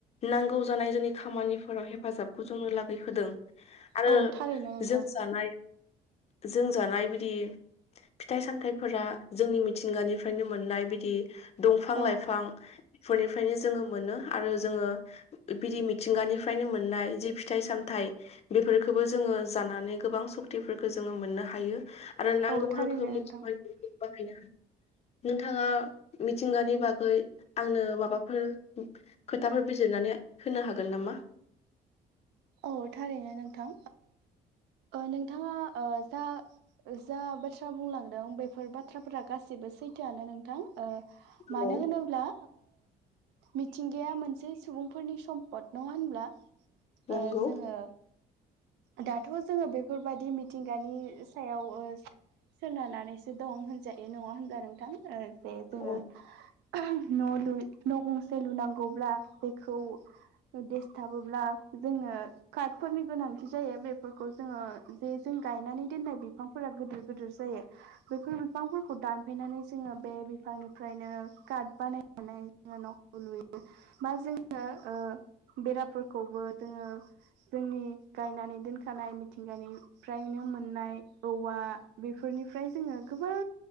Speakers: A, on the left (about 40°); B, on the right (about 85°).
A: नांगौ जानाय जोंनि खामानिफोराव हेफाजाबखौ जोंनो लागै होदों आरो
B: औ थारैनो नोंथां
A: जों जानाय जों जानाय बिदि फिथाइ सामथाइफोरा जोंनि मिथिंगानिफ्रायनो मोननाय बिदि दंफां
B: औ
A: लाइफां फोरनिफ्रायनो जोङो मोनो आरो जोङो बिरि मिथिंगानिफ्रायनो मोननाय जि फिथाइ सामथाइ बेफोरखौबो जोङो जानानै गोबां सक्तिफोरखौ जोङो मोननो हायो आरो नांगौ
B: औ थारैनो
A: रोखोमनि
B: नोंथां
A: खामानिफोरखौ बाहायनो हायो नोंथाङा मिथिंगानि बागै आंनो माबाफोर खोथाफोर बिजिरनानै होनो हागोन नामा
B: औ थारैनो नोंथां नोंथाङा जा जा बाथ्रा बुंलांदों बेफोर बाथ्राफोरा गासिबो सैथोआनो नोंथां
A: हेल'
B: मानो होनोब्ला मिथिंगाया मोनसे सुबुंफोरनि सम्पद नङा होनब्ला
A: नंगौ
B: जोङो दाथ' जोङो बेफोरबायाददि मिथिंगानि सायाव सोनारनानैसो दं होनजायो नङा होनब्ला नोंथां जे जोङो
A: औ
B: न' ल न' गंसे लुनांगौब्ला बेखौ देस थाबोब्ला जोङो कार्टफोरनि गोनांथि जायो बेफोरखौ जोङो जे जों गायनानै दोननाय बिफां फोरा गोदोर गोदोर जायो बे बिफांफोरखौ दानफायनानै जोङो जोङो बे बिफांनिफ्रायनो कार्ड बानायनानै जोङो न'खौ लुयो बा जोङो बेराफोरखौबो जोङो जोंनि गायनानै दोनखानाय मिथिंगानि फ्राययाव मोननाय औवा बेफोरनिफ्राय जोङो गोबां